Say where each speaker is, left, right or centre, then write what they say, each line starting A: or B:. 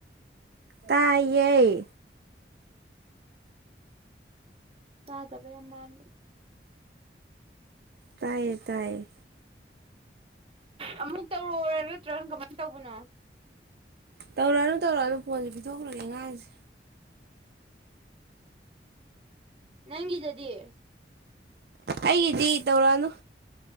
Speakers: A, on the right; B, on the right.
A: ꯇꯥꯏꯌ‌ꯦ
B: ꯇꯥꯗꯕ ꯌꯥꯝ ꯃꯥꯟꯕ
A: ꯇꯥꯏꯌꯦ ꯇꯥꯏꯌꯦ
B: ꯑꯃꯨꯛ ꯇꯧꯔꯛ ꯑ‌ꯣꯔ ꯅꯠꯇ꯭ꯔ ꯀꯃꯥꯏꯟ ꯇꯧꯕꯅꯣ
A: ꯇꯧꯔꯛꯑꯅꯨ ꯇꯧꯔꯛꯑꯅꯨ ꯐꯣꯟꯖ‌ꯦ ꯄꯤꯊꯣꯛꯈ꯭ꯔꯒꯦ ꯑꯉꯥꯡꯁꯦ
B: ꯅꯪꯒꯤꯗꯗꯤ ꯑꯁ
A: ꯑꯩꯒꯤꯗꯤ ꯇꯧꯔꯛꯑꯅꯨ